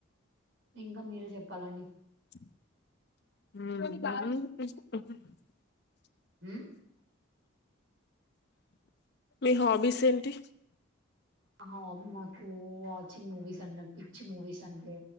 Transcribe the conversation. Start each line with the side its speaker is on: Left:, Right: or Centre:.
Right: ఇంకా మీరే చెప్పాలండి
Left: ఉ <unintelligible>
Right: ఉ
Left: మీ హాబీస్ ఏంటి
Right: హా నాకు వాచింగ్ మూవీస్ అన్నా పిక్చ్చ మూవీస్ అంటే